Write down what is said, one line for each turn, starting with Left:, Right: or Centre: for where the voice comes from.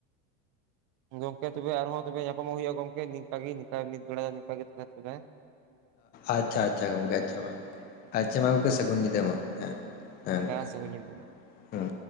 Right: ᱜᱚᱝᱠᱮ ᱛᱚᱵᱮ ᱟᱨ ᱦᱚᱸ ᱛᱚᱵᱮ ᱧᱟᱯᱟᱢᱚᱜ ᱦᱩᱭᱩᱜ-ᱟ ᱜᱚᱝᱠᱮ ᱱᱚᱠᱟ ᱜᱤ ᱱᱤᱛ ᱵᱮᱲᱟ ᱫᱚ ᱛᱟᱦᱟᱞᱮ
Left: ᱟᱪᱪᱷᱟ ᱟᱪᱪᱷᱟ ᱜᱚᱝᱠᱮ ᱟᱪᱪᱷᱟ ᱟᱪᱪᱷᱟ ᱢᱟ ᱟᱪᱪᱷᱟ ᱜᱚᱢᱠᱮ ᱥᱟᱹᱜᱩᱱ ᱧᱤᱫᱟᱹ ᱢᱟ ᱦᱮᱸ ᱦᱮᱸ ᱜᱚᱝᱠᱮ
Right: ᱥᱟᱹᱜᱩᱱ ᱧᱤᱫᱟᱹ
Left: ᱦᱩᱸ